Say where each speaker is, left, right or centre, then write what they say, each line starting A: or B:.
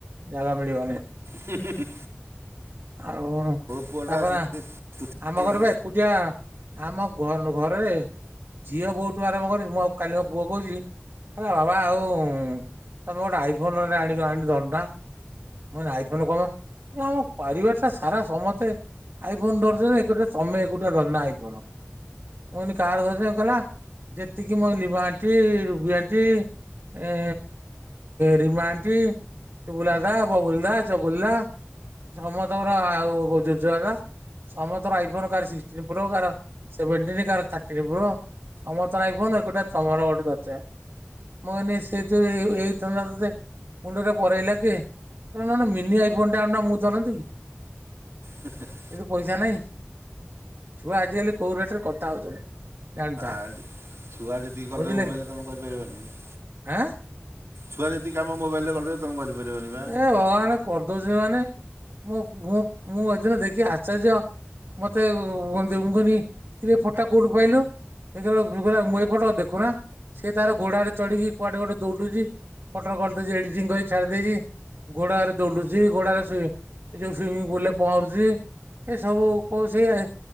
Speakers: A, on the right; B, on the right.
A: ଜାଗା ମିଳିବନି।
B: ହୁଁ-ହୁ-ହୁ।
A: ଆଉ
B: ପୁଅଟା
A: ତାପରେ
B: ସେମିତି
A: ଆମ
B: ପଢ଼ୁଛି
A: ଘର ବା ଏକୁଟିଆ ଆମ ଘରନୁ ଘରେ ଝିଅ ବୋଉଠୁ ଆରମ୍ଭ କରି ମୁଁ ଆଉ କାଲି ମୋ ପୁଅ କୋହୁଚି ଆରେ ବାବା ଆଉ ତମେ ଗୋଟେ ଆଇଫୋନ୍ ରେ ଆଣିକି ଆଣି ଧରୁନା। ମୁ ନାଇ ଆଈଫୋନ୍ କ ମାଇ ଆମ ପରିବାର ଟା ସାରା ସମତେ ଆଇ ଫୋନ ଧରୁଛନ୍ତି ଏକୁଟିଆ ତମେ ଏକୁଟିଆ ଧରୁନ ଆଇଫୋନ, ମୁ କଇନି କାହାର ଧରିତ କଇଲା ଯେତିକି ମୋ ଲିିବା ଆଣ୍ଟି ରୁବି ଆଣ୍ଟି ଏ ରିମା ଆଣ୍ଟି ଟୁବୁଲା ବଗୁଲ୍ଦା ଚଗୁଲ୍ଦା ସମତଙ୍କର ଆଉ ଜୋଜୁଆଗା ସମତଅର ଆଇଫୋନ୍ କାହାର ସିକ୍ଟିନ ପ୍ରୋ କାହାର ସେଭେଣ୍ଟିନ୍ କାହାର ଥାର୍ଟିନ୍ ପ୍ରୋ। ସମସ୍ତଙ୍କର ଆଇଫୋନ୍ ଏକୁଟିଆ ତମର ଗୋଟେ ଧରିଚେ ମୁକଇନି ସେ ଯୋ ଏଇ ଧନ୍ଦା ତତେ ମୁଣ୍ଡରେ ପରେଇଲା କିଏ? ତମେ ନନେ ମିନି ଆଇଫୋନ୍ ଟେ ଆଣୁନ ମୁଁ ଧରନ୍ତି କି।
B: ହେ ହେ ହେ।
A: କିନ୍ତୁ ପଇସା ନାହିଁ ଛୁଆ ଆଜିକାଲି କୋଉ ରେଟ୍ ରେ କଥା ହେଉଛନ୍ତି ଜାଣିଥା।
B: ଆଜି ଛୁଆ ଯେତିକି କରିଦେବେ
A: ବୁଝିଲେ
B: ମୋବାଇଲ୍
A: କି
B: ରେ ତମେ କରିପାରିବନେହିଁ।
A: ଆଁ?
B: ଛଆ ଯେତିକି କାମ ମୋବାଇଲ୍ ରେ କରିଦବେ ତମେ କରିପାରିବନି ପା।
A: ଏ ଭଗବାନ୍ କରିଦଉଛନ୍ତି ମାନେ ମୋଁ ମୁଁ ମୁଁ ହେଦିନ ଦେଖିକି ଆଶ୍ଚର୍ଯ୍ୟ। ମତେ ମୁଁ କଇନି କିରେ ଏଇ ଫଟୋ ଟା କୋଉଠୁ ପାଇଲୁ? ଦେଖିଲା ବେଳକୁ ମୁଁ ଏଇ ଫଟ ଦେଖୁ ନା ସିଏ ତାର ଘୋଡାରେ ଚଢିକି କୁଆଡେ ଗୋଟେ ଦୌଡୁଚି ଫଟୋ ର କରିଦେଇଚି ଏଡିିଟିଙ୍ଗ୍ କରି ଛାଡି ଦେଇେଇଚି। ଘୋଡରେ ଦୌଡୁଛି ଘୋଡାରେ ଶୁଇ ଏ ଯୋଉ ସୁଇମିଂ ପୁଲ୍ ରେ ପହଁରୁଚି ଏଇ ସବୁ କୋଉ ସେଇ